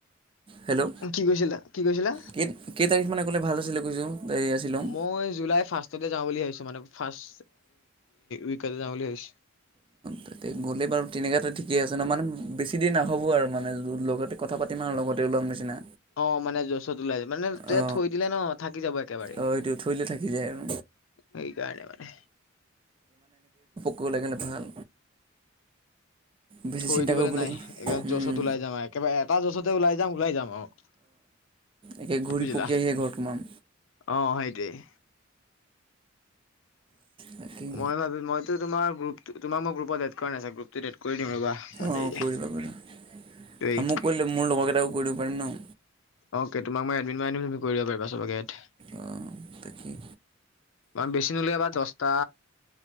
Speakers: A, on the right; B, on the left.
A: হেল্ল'
B: কি কৈছিলা কি কৈছিলা
A: কে কেই তাৰিখ মানে ক'লে ভাল আছিলে কৈছোঁং এইয়া শ্বিলং
B: মই জুলাই যাওঁ বুলি ভাবছো মানে ফাৰ্ষ্ট উইকতে যাওঁ বুলি ভাবিছ
A: তাতে গলে বাৰু তেনেকাতে ঠিক ঠিকে আছে ন মানে বেছি দেৰি নাহব আৰু মানে লগতে কথা পাতিম আৰু লগতে ওলাম নিচিনা।
B: অ মানে যচত ওলাই মানে তেয়া
A: অ
B: থৈ দিলে ন থাকি যাব একেবাৰে
A: অ এইটো থৈ দিলে থাকি যায় আৰু
B: সেইকাৰণে মানে
A: গো লেগেনে ভাল বেছি
B: থৈ
A: চিন্তা
B: দিবলৈ
A: কৰিব
B: নাই
A: লাগে
B: এক জ'চত
A: উম
B: ওলাই যাও আৰু একেবাৰে এটা জচতে ওলাই যাও ওলাই যাও। অ
A: একে ঘূৰি
B: বুজিলা
A: পকি
B: অ
A: আহিয়ে ঘৰত সোমাম
B: সেইটোৱেই
A: তাকেই
B: মই ভাবি মই তোমাৰ তোক মই গ্ৰোপত এড কৰা নাই গ্ৰোপত এড কৰি দিম ৰবা অকমান
A: অ
B: দেৰিকে
A: কৰিবা কৰি আৰু
B: দেই
A: মোক কৰিলে মোৰ লগৰকেইটাকো কৰি দিব পাৰিম ন।
B: অকে তোমাক মই এডমিট মাই আনিম তুমি কৰি দিবা পাৰিবা চবকে এড
A: অঁ তাকেই
B: ম বেছি নোলিয়াবা দছটা